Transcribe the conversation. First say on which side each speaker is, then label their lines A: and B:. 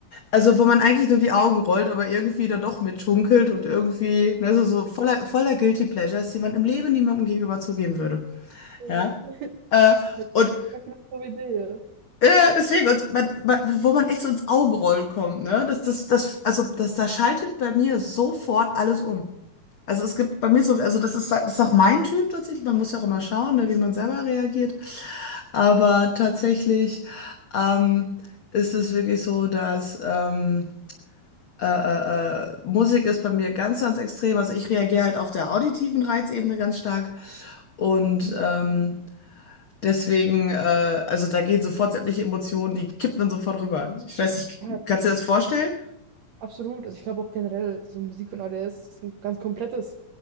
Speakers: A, on the left; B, on the right.
A: Also, wo man eigentlich nur die Augen rollt, aber irgendwie dann doch mitschunkelt und irgendwie, ne, so, so voller, voller Guilty Pleasures, die man im Leben niemandem gegenüber zugeben würde.
B: Ja,
A: Ja.
B: <laughs>
A: Äh, und
B: Ja, keine dumme Idee, ja.
A: äh, deswegen, und man, man, wo man echt so ins Augenrollen kommt, ne? Das, das, das, also das, da schaltet bei mir sofort alles um. Also es gibt bei mir so, also das ist, das ist auch mein Typ tatsächlich. Man muss ja auch immer schauen, ne, wie man selber reagiert. Aber tatsächlich ähm, ist es wirklich so, dass ähm, Äh, äh, äh, Musik ist bei mir ganz, ganz extrem. Also ich reagiere halt auf der auditiven Reizebene ganz stark. Und
B: Ja,
A: ähm, deswegen, äh, also da gehen sofort sämtliche Emotionen, die kippen dann sofort rüber. Ich weiß nicht,
B: Ja,
A: kannst du dir das vorstellen?
B: absolut. Also ich glaube auch generell, so Musik und ADS ist ein ganz komplettes